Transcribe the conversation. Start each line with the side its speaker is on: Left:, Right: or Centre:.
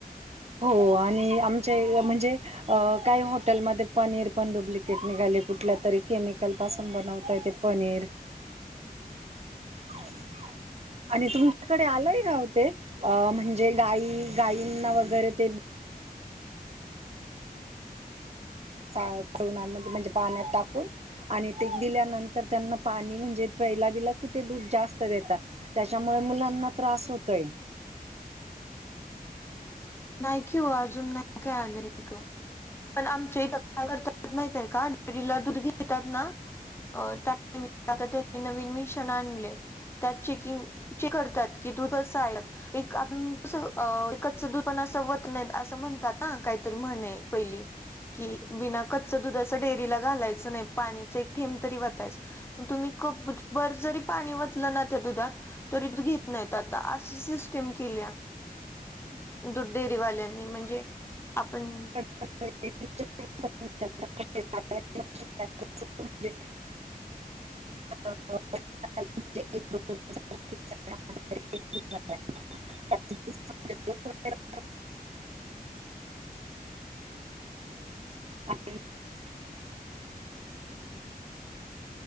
Right: हो आणि आमच्या म्हणजे अ काही हॉटेलमध्ये पनीर पण डुप्लिकेट निघाले कुठल्या तरी केमिकल पासून बनवता येत पनीर.
Left: ह <inaudible>
Right: <inaudible> आणि तुमच्याकडे आलंय का हो ते अ म्हणजे गाई गाईंना वगैरे ते चाळ - <unintelligible> चून म्हणजे पाण्यात टाकून. आणि ते दिल्यानंतर त्यांना पाणी म्हणजे प्यायला दील की ते दूध जास्त देता. त्याच्यामुळे मुलांना त्रास होतोय.
Left: नाही कि हो अजून नाही काय आले इकड, पण आमच्या इथ काय करतात माहितय का डेअरीला दूध घेतात ना. <inaudible> अ त्यामित आता त्यांनी नवीन मिशन आणले. <inaudible> त्यात चेकिंग चे करतात की दूध असं आहे एक <unintelligible> अ कच्च दूध. पण अस व्हत नाहीत अस म्हणतात ना, काहीतरी म्हण पहिली की. बिना कच्च दूध असं डेअरीला घालायचं नाही पाणीच एक थेंम तरी वतायचं. तुम्ही कप बर जरी पाणी वतलं ना त्या दुधात. तरी त घेत नाहीत आता असं सिस्टेम केल्या. दुधडेरीवाल्यांनी म्हणजे आपण
Right: <inaudible>
Left: ह <inaudible>
Right: <inaudible> <inaudible>
Left: ह <inaudible>
Right: आणि